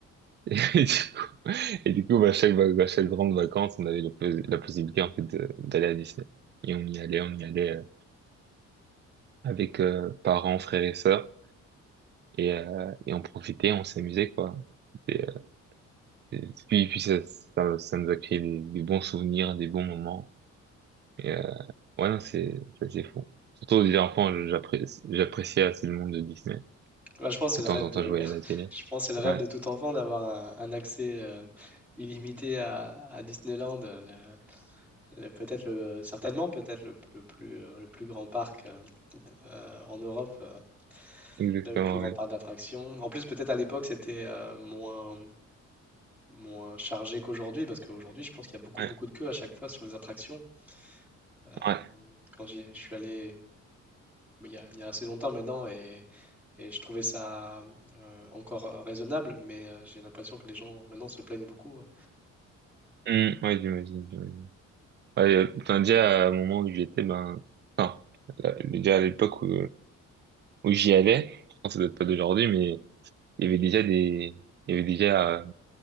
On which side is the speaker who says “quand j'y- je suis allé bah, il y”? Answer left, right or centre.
Centre